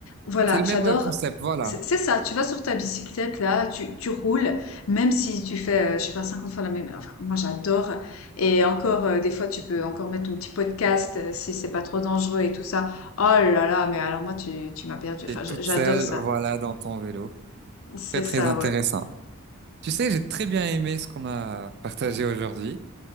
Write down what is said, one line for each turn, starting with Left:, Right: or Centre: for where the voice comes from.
Left: Voilà,
Right: C'est le
Left: j'adore.
Right: même euh, concept, voilà.
Left: C'est c'est ça, tu vas sur ta bicyclette là, tu, tu roules, même si tu fais, euh, je sais pas, 50 fois la même. Enfin, moi j'adore. Et encore, euh, des fois, tu peux encore mettre ton petit podcast euh, si c'est pas trop dangereux et tout ça. Oh là là, mais alors moi, tu, tu m'as perdu.
Right: T'es
Left: Enfin,
Right: toute
Left: j- j'adore
Right: seule,
Left: ça.
Right: voilà, dans ton vélo.
Left: C'est
Right: Très
Left: ça,
Right: très intéressant.
Left: ouais.
Right: Tu sais, j'ai très bien aimé ce qu'on a partagé aujourd'hui.